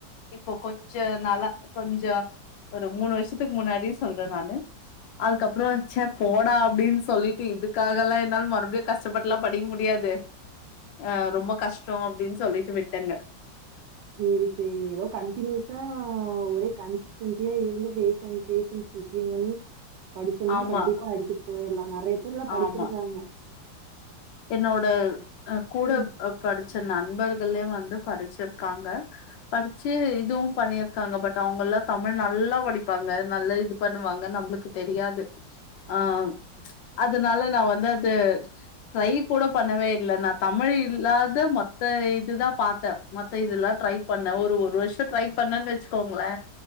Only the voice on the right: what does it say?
செரி செரி எதோ கன்டினூஸா ஒரே கன் சன்டியா இருந்த பேஷன் பேஷன்ஸ் புக்கிங் பண்ணி படுச்சம்னா
கண்டிப்பா அடுச்சுட் போயர்லா நறைய துர்லா படுச்சுட்தாங்க
ம்.